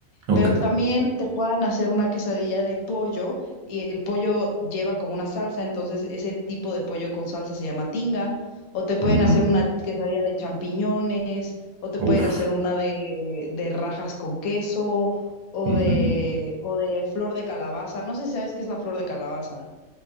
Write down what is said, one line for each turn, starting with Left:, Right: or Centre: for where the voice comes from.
Right: ok.
Left: Pero también te puedan hacer una quesadilla de pollo y el pollo lleva como una salsa, entonces ese tipo de pollo con salsa se llama tinga. O te pueden
Right: Ujú.
Left: hacer una quesadilla de champiñones, o te
Right: Uf.
Left: pueden hacer una de, de rajas con queso, o
Right: ujú.
Left: de, o de flor de calabaza. No sé si sabes qué es la flor de calabaza.